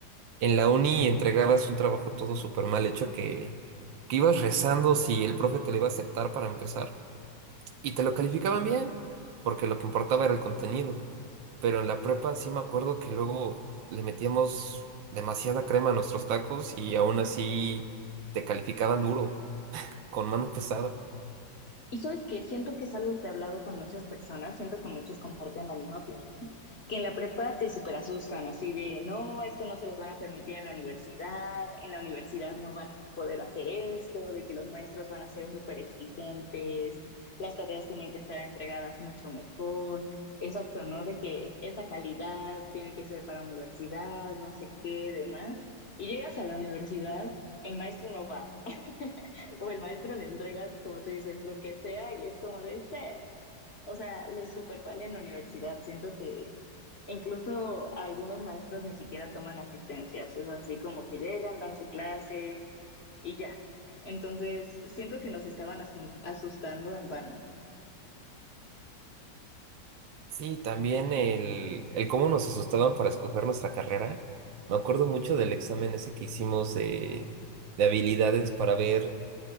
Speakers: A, on the right; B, on the left.
A: En la uni entregabas un trabajo todo súper mal hecho que, que ibas rezando si el profe te lo iba a aceptar para empezar y te lo calificaban bien, porque lo que importaba era el contenido. Pero en la prepa sí me acuerdo que luego le metíamos demasiada crema a nuestros tacos y aún así te calificaban duro, con mano pesada.
B: Y sabes que siento que es algo que he hablado con muchas personas, siento que muchos comparten la misma opinión, que en la prepa te super asustan, así de, no, esto no se los van a permitir en la universidad, en la universidad no van a poder hacer esto, de que los maestros van a ser súper exigentes, las tareas tienen que estar entregadas mucho mejor, exacto, ¿no? De que esta calidad tiene que ser para universidad, no sé qué, demás. Y llegas a la universidad, el maestro no va. <laughs> o el maestro le entregas, como tú dices, lo que sea y es como de, sé, o sea, les super vale en la universidad. Siento que incluso algunos maestros ni siquiera toman asistencias, es así como que llegan, dan su clase y ya. Entonces, siento que nos estaban asun- asustando en vano.
A: Sí, también el, el cómo nos asustaban para escoger nuestra carrera. Me acuerdo mucho del examen ese que hicimos de, de habilidades para ver